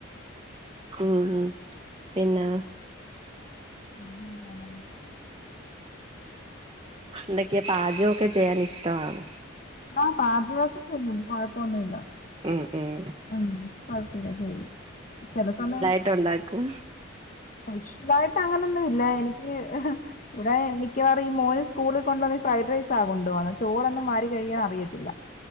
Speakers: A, on the right; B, on the left.
A: ഉം ഉം പിന്നാ
B: ഉം ആണോ
A: എന്തൊക്കെയാ പാചകം ഒക്കെ ചെയ്യാൻ ഇഷ്ടമാണോ
B: ആഹ് പാചകം ഒക്കെ ചെയ്യും കൊഴപ്പൊന്നും ഇല്ല
A: ഉം ഉം
B: ഉം കൊഴപ്പില്ല ചെയ്യും ചില സമയം
A: ട്ട് ഉണ്ടാക്കും
B: സ്പെഷ്യലായിട്ട് അങ്ങനൊന്നുമില്ല എനിക്ക് ഇവിടെ മിക്കവാറും ഈ മോന് സ്കൂളിൽ കൊണ്ടു പോന്ന ഫ്രൈഡ് റൈസാ കൊണ്ടു പോന്ന ചോറൊന്നും വാരി കഴിയാൻ അറിയ ത്തില്ല